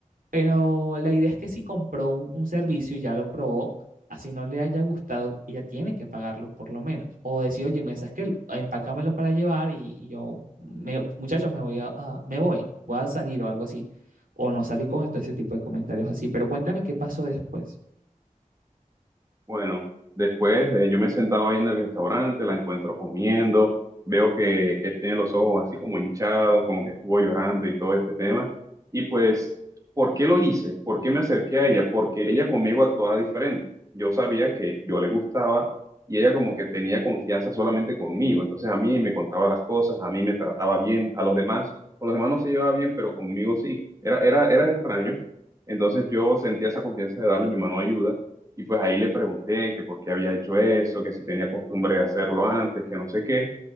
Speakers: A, on the right; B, on the right.
A: pero la idea es que si compró un, un servicio y ya lo probó, así no le haya gustado, ella tiene que pagarlo por lo menos, o decir, oye, mira, sabes que empácamelo para llevar y, y yo, me- muchachos, me voy a, a- me voy, voy a salir o algo así, o no salir con todo ese tipo de comentarios así, pero cuéntame qué pasó después.
B: Bueno, después eh, yo me sentaba ahí en el restaurante, la encuentro comiendo, veo que, que tiene los ojos así como hinchados, como que estuvo llorando y todo este tema. Y pues, ¿por qué lo hice? ¿Por qué me acerqué a ella? Porque ella conmigo actuaba diferente. Yo sabía que yo le gustaba y ella como que tenía confianza solamente conmigo. Entonces a mí me contaba las cosas, a mí me trataba bien, a los demás, con los demás no se llevaba bien, pero conmigo sí. Era, era, era extraño. Entonces yo sentía esa confianza de darle mi mano de ayuda. Y pues ahí le pregunté que por qué había hecho eso, que si tenía costumbre de hacerlo antes, que no sé qué.